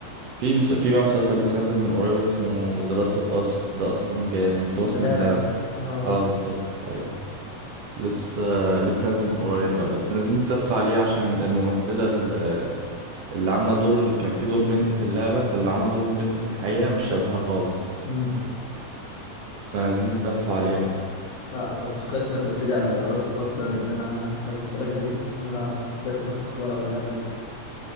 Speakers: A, on the right; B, on the left.
A: في مس... في بقى مسلسل لسه نازل من قريب اسمه ذا لاست اوف اس ده اصلا جاي مقتبس
B: ده لعبة
A: من اللعبة
B: آه
A: اه بالظبط ايوه لسه لسه نازل من قريب بقى بس نازلين سف عليه عشان الممثلة ال- اللي عاملة دور ال- كان في دور بنت في اللعبة فاللي عاملة دور البنت في الحقيقة مش شبهها خالص
B: مم.
A: فنازلين سف عليه بقى
B: لا بس كويس إنك قلت لي على ذا لاست أوف أس ده لأن أنا عايز أتفرج عليه إن أنا جات لي فترة كنت بلعب اللعبة دي